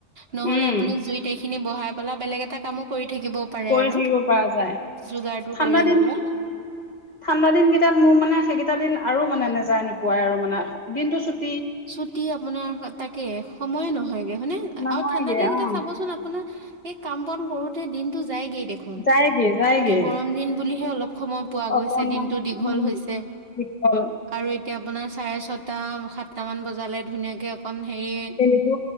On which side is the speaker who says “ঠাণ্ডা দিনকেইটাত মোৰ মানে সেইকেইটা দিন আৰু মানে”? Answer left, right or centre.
Left